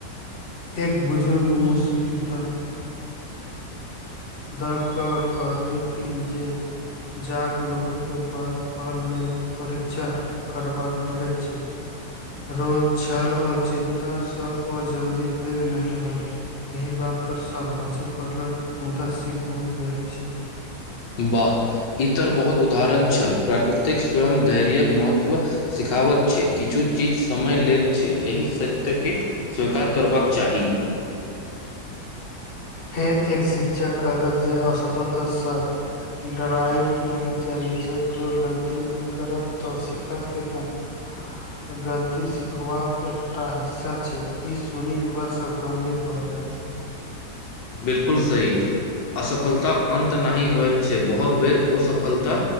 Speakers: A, on the left; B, on the left.
A: एक बुजर्ग मुस्कितऽ
B: <inaudible>
A: दऽ कऽ कहलखिन जे जाक लोक के बात पल ल परीक्षा करबाक पड़ैत छै रोज छल आर चिन्तासँ ओ जल्दी पैघ नहि होयत एहि बात पर सब हँसी पड़लक मुदा सिख बहुत गहरी छै
B: वाह इ तर बहुत उदाहरण छल प्राकृतिक स्वयं धैर्यके महत्व सिखाबत छै किछु चीज समय लैत छै एहि सत्यके स्वीकार करबाक चाही
A: फेर एक शिक्षक कहलक जे असफलताँ सँ डराइव नहि चाही जे केइओ गलती नहि करत तऽ सिखत कखन <inaudible>
B: <inaudible>
A: गलती सिखबाक एकटा हिस्सा छै ई सुनी युवा सब गम्भीर भए गेल
B: बिल्कुल सही असफलता अन्त नहि होइत छै बहुत बेर ओसफलता